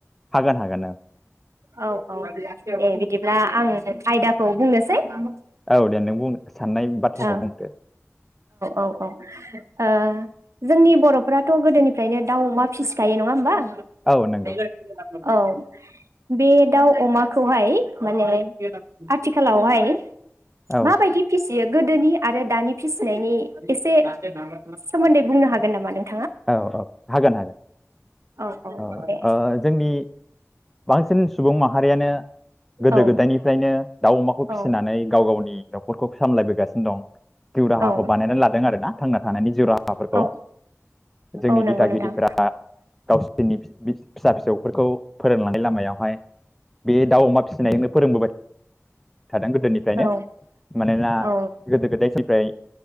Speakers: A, in the centre; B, on the right.
A: हागोन हागोन औ।
B: औ औ दे बिदिब्ला आङो आयदाखौ बुंनोसै । ओ
A: औ दे नों बुं साननाय बाथ्राखौ
B: औ
A: बुंदो
B: औ औ औ। ओ जोंनि बर'फ्राथ' गोदोनिफ्रायनो दाउ अमा फिसिखायो नङा होमबा। <unintelligible>
A: औ नंगौ
B: औ बे दाउ अमाखौहाय माने आथिखालावहाय
A: औ
B: माबायदि फिसि बियो गोदोनि आरो दानि फिसिनायनि एसे सोमोन्दै बुंनो हागोन नामा नों
A: औ औ हागोन हागोन।
B: औ औ
A: अ
B: दे
A: अ जोंनि बांसिन सुबुं माहारियानो गोदो
B: औ
A: गोदायनिफ्रायनो दाउ अमाखौ फिसिनानै
B: औ
A: गाव गावनि नख'रखौ सामलायबोगासिनो दं। जिउ राहाखौ
B: औ
A: बानायना लादों आरो ना थांना थानायनि जिउ राहाफोरखौ
B: औ
A: जोंनि
B: औ नंगौ
A: दिथागिरिफ्रा
B: नोंथां
A: गावसि <unintelligible> फिसा फिसौफोरखौ फोरोंलांनाय लामायावहाय बे दाउ अमा फिसिनायखौनो फोरोंबोबाय थादों गोदोनिफ्रायनो
B: औ
A: मानोना
B: औ
A: गोदो गोदायनिफ्राय